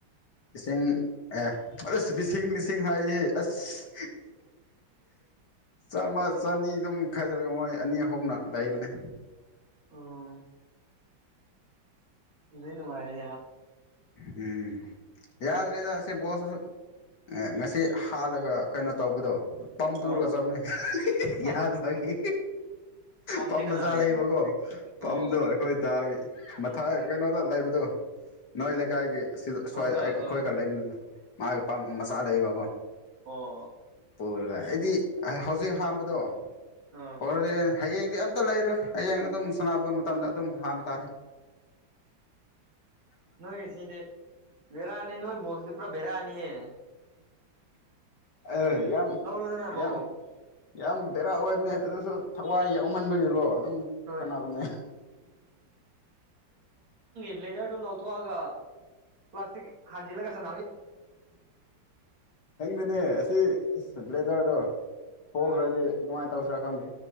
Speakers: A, on the left; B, on the right.
A: ꯄꯆꯤꯡ ꯑꯦ ꯑꯁ ꯂꯤꯁꯤꯡ ꯂꯤꯁꯤꯡ ꯍꯥꯏꯍꯦ ꯑꯁ ꯆꯥꯝꯃ ꯆꯅꯤ ꯑꯗꯨꯝ ꯈꯥꯏꯗꯔꯒ ꯃꯣꯏ ꯑꯅꯤ ꯑꯍꯨꯝꯅ ꯂꯩꯕꯅꯦ
B: ꯑꯣ ꯅꯨꯅꯨꯡꯉꯔꯦ
A: ꯎꯝ ꯌꯥꯗ꯭ꯔꯦꯗ ꯁꯤꯦ ꯣꯁꯁꯨ ꯉꯁꯤ ꯍꯥꯜꯂꯒ ꯀꯩꯅꯣ ꯇꯧꯕꯗꯣ ꯄꯝꯄꯨꯔꯒ
B: ꯑꯣ
A: ꯁꯕꯅꯦ
B: ꯑꯁ
A: ꯌꯥꯗ ꯍꯥꯏꯒꯤ
B: ꯄꯝꯗꯤ
A: ꯄꯝ
B: ꯀꯅꯥꯒꯤ
A: ꯃꯆꯥ ꯂꯩꯕꯀꯣ ꯄꯝꯗꯣ
B: ꯑꯣ
A: ꯑꯩꯈꯣꯏ ꯗꯥꯒꯤ ꯃꯊꯥꯏ ꯀꯩꯅꯣꯗ ꯂꯩꯕꯗꯣ ꯅꯣꯏ ꯂꯩꯀꯥꯏꯒꯤ ꯁꯤꯗ ꯁ꯭ꯋꯥꯏꯗ
B: ꯍꯣꯏ ꯍꯣꯏ
A: ꯑꯩꯈꯣꯏ
B: ꯑꯣ
A: ꯈ ꯂꯩꯃꯤꯟꯅꯅ ꯃꯥꯒꯤ ꯃꯆꯥ ꯂꯩꯕꯀꯣ
B: ꯑꯣ
A: ꯄꯨꯔꯒ ꯑꯩꯗꯤ ꯍꯧꯖꯤꯛ ꯍꯥꯡꯝꯕꯗꯣ
B: ꯑꯣ
A: ꯍꯣꯔꯣꯔꯦꯟ ꯍꯌꯦꯡꯗꯤ ꯑꯝꯇ ꯂꯩꯔꯣꯏ ꯍꯌꯦꯡ ꯑꯗꯨꯝ ꯁꯥꯟꯅꯕ ꯃꯇꯝꯗ ꯑꯗꯨꯝ ꯍꯝꯕ ꯇꯥꯔꯦ
B: ꯅꯣꯏ ꯁꯤꯗꯤ ꯕꯔꯥ ꯃ ꯅꯣꯏ ꯕꯁꯇ ꯄꯨ ꯦꯔꯥꯅꯤꯍꯦ
A: ꯑ ꯌꯥꯝ
B: ꯂꯧꯔꯣꯗꯅ ꯕꯣꯜ
A: ꯌꯥꯝ ꯌꯥꯝ ꯕꯦꯔꯥ ꯑꯣꯏꯕꯅꯦ ꯑꯗꯨꯁꯨ ꯊꯋꯥꯏ ꯌꯥꯎꯍꯟꯕꯒꯤꯀꯣ ꯑꯗꯨꯝ
B: ꯍꯣꯏ
A: ꯁꯥꯟꯅꯕꯅꯦ
B: ꯂ꯭ꯂꯦꯗꯔꯗꯨꯣ ꯂꯥꯎꯊꯣꯑꯒ ꯄ꯭ꯂꯥꯁꯇꯤꯛ ꯍꯥꯟꯖꯤꯜꯂꯒꯁꯤꯅ
A: ꯅꯪꯗꯤꯅꯦ ꯑꯁꯤ ꯑ ꯕ꯭ꯂꯦꯖꯥꯔꯗꯣ ꯍꯣꯈ꯭ꯔꯗꯤ
B: ꯍꯣꯏ
A: ꯑꯗꯨꯃꯥꯏꯅ ꯇꯧꯁꯤꯔꯥ ꯈꯪꯗꯦ